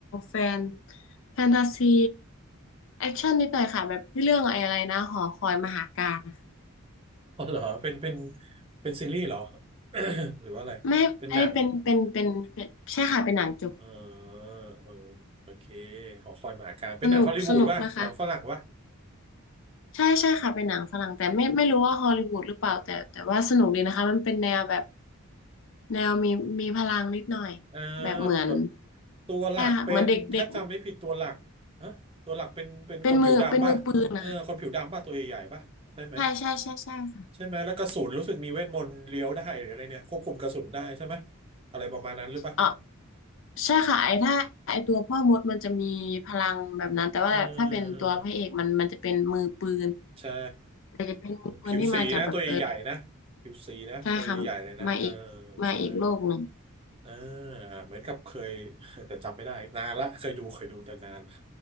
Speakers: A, on the left; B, on the right.
A: แฟนแฟนตาซีแอคชั่นนิดหน่อยค่ะแบบที่เรื่องไอ้อะไรนะหอคอยมหาการนะคะ
B: <laughs> อ๋อเหรอเป็นเป็นเป็นซีรีส์เหรอ <coughs> หรือว่าอะไรเป็นหนัง
A: ไม่อันนี้เป็นเป็นเป็นเป็นใช่ค่ะเป็นหนังจบ
B: เออเออโอเคหอคอยมหาการเป็นหนังฮอลลีวูดป่ะเป็นหนังฝรั่งป่ะ
A: สนุกสนุกนะคะใช่ใช่ค่ะเป็นหนังฝรั่งแต่ไม่ไม่รู้ว่าฮอลลีวูดหรือเปล่าแต่แต่ว่าสนุกดีนะคะมันเป็นแนวแบบแนวมีมีพลังนิดหน่อย
B: เออ
A: แบบเหมือน
B: แบบตัวหลักเป็นถ้าจำไม่ผิดตัวหลักฮะตัวหลักเป็นเป็นคนผิวดำป่ะเออคนผิวดำป่ะตัวใหญ่ๆป่ะใช่ไหม
A: ใช่ค่ะเหมือนเด็กเด็กเป็นมือเป็นมือปืนใช่ใช่ใช่ใช่ค่ะ
B: ใช่ไหมแล้วกระสุนรู้สึกมีเวทมนต์เลี้ยวได้หรืออะไรเนี่ยควบคุมกระสุนได้ใช่ไหมอะไรประมาณนั้นหรือป่ะ
A: เออ ใช่ค่ะไอ้ถ้าไอ้ตัวพ่อมดมันจะมีพลังแบบนั้นแต่ว่าถ้าเป็นตัวพระเอกมันมันจะเป็นมือปืน
B: เออเออใช่
A: แต่จะเป็นมือปืนที่มาจากแบบเออ
B: ผิวสีนะตัวใหญ่ๆนะผิวสีนะตัวใหญ่ๆเลยนะเออ
A: ใช่ค่ะมาอีกมาอีกโลกหนึ่ง
B: ใช่เอออ่าเหมือนกับเคย <laughs> แต่จำไม่ได้นานละเคยดูเคยดูแต่นานละ